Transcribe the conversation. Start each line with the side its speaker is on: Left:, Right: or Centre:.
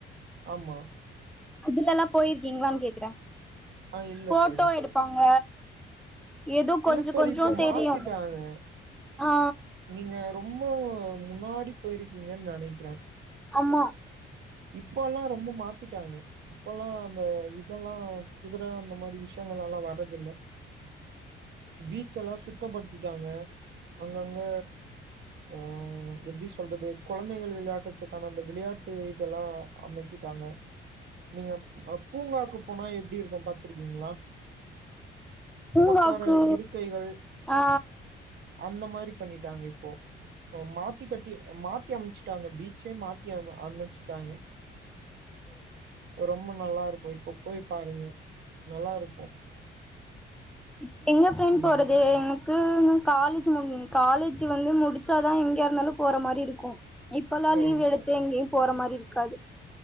Right: ஆமா
Centre: அதுலலா போயிருக்கீங்களான்னு கேக்கற
Right: ஆ இல்ல
Centre: போட்டோ
Right: தோழி
Centre: எடுப்பாங்க ஏதோ கொஞ்சோ
Right: இல்ல தோழி
Centre: கொஞ்சோ
Right: இப்ப
Centre: தெரியோ
Right: மாத்திட்டாங்க
Centre: ஆ
Right: நீங்க ரொம்ப முன்னாடி போயிருக்கீங்கன் நெனைக்கிறே
Centre: ஆமா
Right: இப்பலா ரொம்ப மாத்திட்டாங்க இப்பலா அந்த இதலா குதர அந்த மாறி விஷயங்கள்லா வரது இல்ல பீச் எல்லா சுத்தப்படுத்திட்டாங்க அங்கங்க ஆ எப்டி சொல்றது கொழந்தைகள் வெளையாட்டுறதுக்கான அந்த வெளையாட்டு இதெல்லா அமத்திட்டாங்க நீங்க பூங்காக்கு போனா எப்டி இருக்கு பாத்துருக்கீங்களா
Centre: பூங்காக்கு
Right: ஒக்கார இருக்கைகள்
Centre: ஆ
Right: அந்த மாரி பண்ணிட்டாங்க இப்போ மாத்தி கட்டி மாத்தி அமச்சு ட்டாங்க பீச்சே மாத்தி அமச் அமச்சிட்டாங்க ரொம்ப நல்லா இருக்கு இப்ப போய் பாருங்க நல்லா இருக்கு
Centre: இப்ப எங்க ஃப்ரெண்ட்
Right: ம்
Centre: போறது எனக்கு இன்னு காலேஜ் முடியு காலேஜு வந்து முடிச்சாதா எங்கே யா இருந்தாலு போற மாரி இருக்கு இப்பெல்லா
Right: ஓ
Centre: லீவ் எடுத்து எங்கேயு போற மாரி இருக்காது